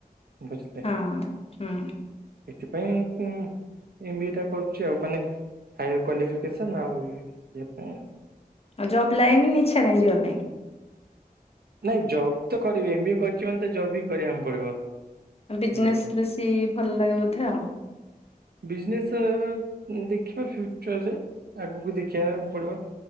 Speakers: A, on the right; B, on the left.
A: ବୁଝଲେ?
B: ହଁ ହୁଁ
A: ଏଥିପାଇଁ କୁଁ ଏମ ବି ଏ ଟା କରୁଚି ଆଉ ମାନେ ହାୟର କ୍ଵାଲିଫିକେସନ୍ ଆଉ ଜବ୍ ପାଇଁ ଆଉ।
B: ଆ ଜବ୍ ଲାଇନ ଇଚ୍ଛା ନାଇଁ ଯିବାପାଇଁ?
A: ନାଇଁ ଜବ୍ ତ କରିବି ଏମ୍ ବିଏ କରିଚି ମାନେ ତ ଜବ୍ ବିି କରିଆମ୍ ପଡିବ।
B: ଆଁ ବିଜନେସ୍
A: ବୁଝିଲେ
B: ବେଶୀ ଭଲଲାଗେ ବୋଧେ ଆଉ।
A: ବିଜନେସ୍ ଆ-ଦେଖିବା ଫ୍ୟୁଚରରେ ଆଗୁକୁ ଦେଖିବା ପାଇଁ ପଡିବ।